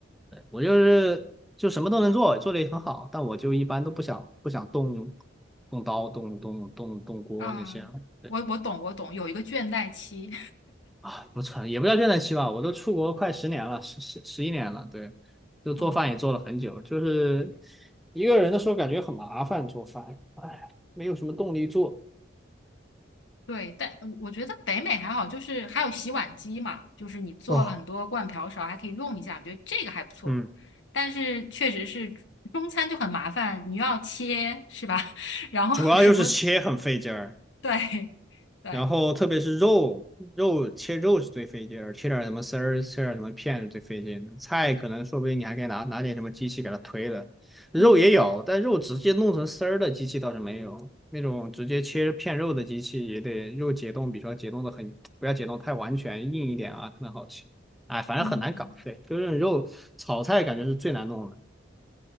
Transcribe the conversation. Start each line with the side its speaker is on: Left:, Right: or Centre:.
Centre: 对，我就是就什么都能做，做的也很好，但我就一般都不想不想动动刀、动动动动锅那些。
Left: 啊、
Centre: 对
Left: 我我懂，我懂，有一个倦怠期。
Centre: 啊，不存，也不叫倦怠期吧，我都出国快十年了，十十十一年了，对，就做饭也做了很久，
Left: <laughs> 哦，
Centre: 就是一个人的时候感觉很麻烦做饭，哎，没有什么动力做。
Left: 对，但呃我觉得北美还好，就是还有洗碗机嘛，就是你做了很多罐瓢勺，
Centre: 哦，
Left: 还可以用一下，我觉得这个还不错。
Centre: 嗯，
Left: 但是确实是中餐就很麻烦，你又要切，是吧？<laughs> 然后什么，
Centre: 主要就是切很费劲儿，
Left: 对对。
Centre: 然后特别是肉，肉切肉是最费劲儿，切点儿什么丝儿，切点儿什么片是最费劲的。菜可能说不定你还可以拿拿点什么机器给它推了，肉也有，
Left: 嗯
Centre: 但肉直接弄成丝儿的机器倒是没有，那种直接切片肉的机器也得肉解冻，比如说解冻的很，不要解冻太完全，硬一点啊，可能好吃。哎，反正很难搞，
Left: 嗯
Centre: 对，就是肉炒菜感觉是最难弄的。